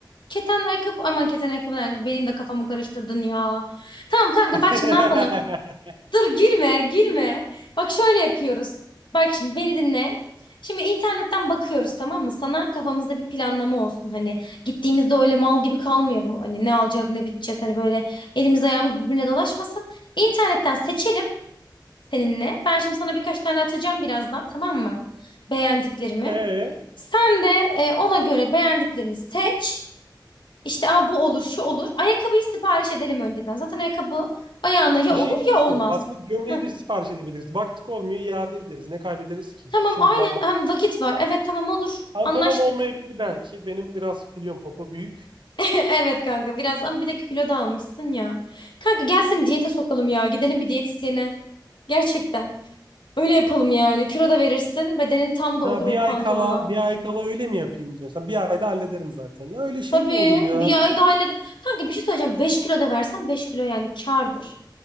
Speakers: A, on the left (about 80°); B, on the right (about 85°).
A: keten ayakkabı aman keten ayakkabı yani benim de kafamı karıştırdın ya. Tamam kanka
B: <laughs>
A: bak şimdi ne yapalım? Dur girme, girme. Bak şöyle yapıyoruz. Bak şimdi beni dinle. Şimdi internetten bakıyoruz tamam mı? Sana kafamızda bir planlama olsun. Hani gittiğimizde öyle mal gibi kalmayalım. Hani ne alacağız, ne biteceğiz. Hani böyle elimiz ayağımız birbirine dolaşmasın. İnternetten seçelim seninle. Ben şimdi sana birkaç tane atacağım birazdan tamam mı? Beğendiklerimi.
B: Ee,
A: Sen de e, ona göre beğendiklerini seç. İşte Aa, bu olur, şu olur. Ayakkabıyı sipariş edelim önceden. Zaten ayakkabı ayağına ya
B: bir
A: olur
B: şey değil
A: ya olmaz.
B: de aslında gömleği
A: Heh.
B: de sipariş edebiliriz. Baktık olmuyor iade ederiz. Ne kaybederiz ki?
A: Tamam
B: Şimdiden
A: aynen
B: bak.
A: hem vakit var. Evet tamam olur.
B: Pantolon
A: Anlaştık.
B: olmayabilir belki. Benim biraz biliyorum popo büyük.
A: <laughs> Evet kanka biraz ama bir de kilo da almışsın ya. Kanka gel seni diyete sokalım ya. Gidelim bir diyetisyene. Gerçekten. Öyle yapalım yani. Kilo da verirsin. Bedenin tam da
B: Ha,
A: olur o
B: bir
A: pantolona.
B: ay kala bir ay kala öyle mi yapayım diyorsan. Bir ayda hallederim zaten. Ya öyle şey
A: Tabii
B: mi olur ya?
A: bir ay daha ile... Kanka bir şey söyleyeceğim. beş kilo da versen 5 kilo yani kârdır.